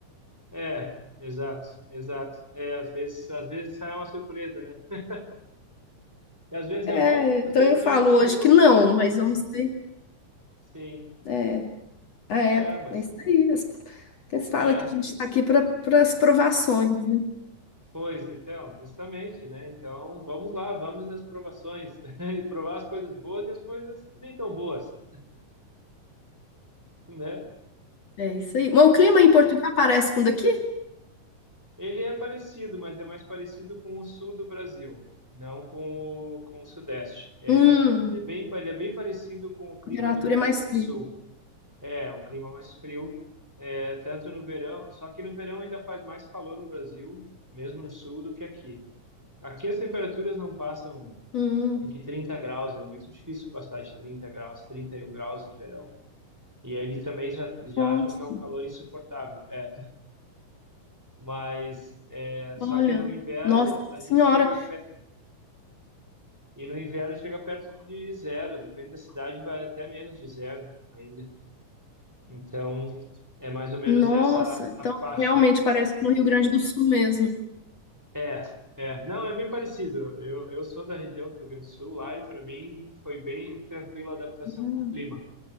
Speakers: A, in the centre; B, on the left (about 50°).
A: É, exato, exato. É, às vezes, às vezes sai uma surpresa, né? <laughs> E às vezes
B: É,
A: é bom,
B: então
A: às vezes
B: eu falo
A: não é tão
B: hoje
A: boa.
B: que não, mas vamos ter.
A: Sim.
B: É, ah,
A: É,
B: é,
A: mas
B: é isso aí. As- Eles falam
A: é.
B: que a gente está aqui para as provações, né?
A: Pois então, justamente, né? Então, vamos lá, vamos às provações. <laughs> E provar as coisas boas e as coisas nem tão boas, né?
B: É isso aí. Mas o clima em Portugal parece com o daqui?
A: Ele é parecido, mas é mais parecido com o sul do Brasil, não com o, com o sudeste. É,
B: Hum,
A: ele é bem, ele é bem parecido com o clima
B: a temperatura
A: do Rio Grande
B: é mais
A: do
B: fria.
A: Sul. É, é um clima mais frio, é, tanto no verão, só que no verão ainda faz mais calor no Brasil, mesmo no sul, do que aqui. Aqui as temperaturas não passam
B: Hum,
A: de 30 graus, é muito difícil passar de 30 graus, 31 graus no verão. E eles também já, já
B: nossa,
A: acham que é um calor insuportável. É, mas é, só
B: olha,
A: que no inverno
B: nossa
A: a
B: senhora,
A: gente chega a E no inverno chega perto de zero, depende da cidade, vai até menos de zero ainda. Então, é mais ou menos
B: nossa.
A: essa
B: Então
A: a faixa.
B: realmente parece com o Rio Grande do Sul mesmo.
A: É, é. Não, é bem parecido. Eu, eu sou da região do Rio Grande do Sul, lá e para mim foi bem tranquila a adaptação
B: Hum.
A: com o clima,